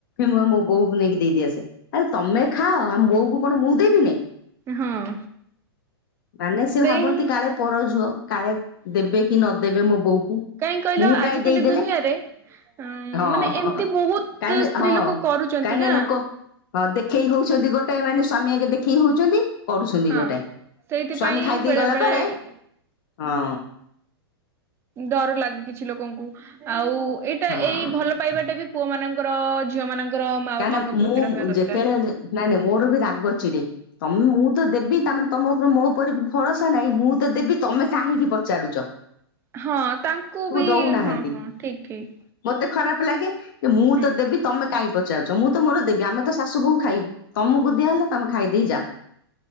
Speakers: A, on the left; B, on the right.
A: ମୁ ମୋ ବୋଉକୁ ନେଇକି ଦେଇଦିଏ ଆସେ। ଆରେ ତମେ ଖାଅ ଆମ ବୋଉ କ କଣ ମୁଁ ଦେବି ନାଇ?
B: ହଁ।
A: ମାନେ ସେ
B: ସେଇ
A: ଭାବନ୍ତି କାଳେ ପର ଝୁଅ, କାଳେ ଦେବେ କି ନଦେବେ ମୋ ବୋଉ କୁ।
B: କାଇଁ କହିଲ
A: ମୁଁ
B: ଆଜିକାଲି
A: କାହିଁ ଦେଇଦେଲେ
B: ଦୁନିଆରେ ଉଁ
A: ହଁ
B: ମାନେ ଏମତି ବହୁତ
A: କାହିଁ
B: ସ୍ତ୍ରୀ
A: ହଁ
B: ଲୋକ କରୁଚନ୍ତି
A: କାହିଁ
B: ନା?
A: ଲୋକ ହଁ ଦେଖେଇ ହଉଚନ୍ତି ଗୋଟାଏ ମାନେ ସ୍ୱାମୀ ଆଗେ ଦେଖେଇ ହଉଚନ୍ତି କରୁଚନ୍ତି
B: ହଁ।
A: ଗୋଟେ।
B: ସେଇଥିପାଇଁ
A: ସ୍ଵାମୀ ଖାଇଦେଇ
B: ବେଳେ
A: ଗଲା
B: ବେଳେ
A: ପରେ ହଁ।
B: ଡର ଲାଗେ କିଛି ଲୋକଙ୍କୁ। ଆଉ ଏଇଟା
A: ହଁ
B: ଏଇ ଭଲ ପାଇବାଟା ବି ପୁଅ ମାନଙ୍କର ଝିଅ ମାନଙ୍କର ମା
A: କାହିଁକିନା
B: ବାପାଙ୍କ
A: ମୁଁ
B: ପ୍ରତି ରହିବା ଦରକାର।
A: ଯେତେବେଳେ ନାଇଁ ନାଇଁ ମୋର ବି ରାଗ ଚିଡେ। ତମେ ମୁଁ ତ ଦେବି, ତା ମାନେେ ତମ ଉପରେ ମୋ ଉପରେ ଭରସା ନାହିଁ। ମୁଁ ତ ଦେବି ତମେ କାହିଁକି ପଚାରୁଚ?
B: ହଁ ତାଙ୍କୁ ବି
A: ଦଉନାହାନ୍ତି
B: ହଁ ହଁ ଠିକ ଠିକ।
A: ମତେ ଖରାପ ଲାଗେ। ଯେ ମୁଁ
B: ହୁଁ।
A: ତ ଦେବି ତମେ କାହିଁ ପ ଚରୁଚ, ମୁଁ ତ ମୋର ଦେବି ଆମେ ତ ଶାଶୂ ବୋହୂ ଖାଇବୂ। ତମକୁ ଦିଆ ହେଲା ତମେ ଖାଇଦେଇ ଯାଅ।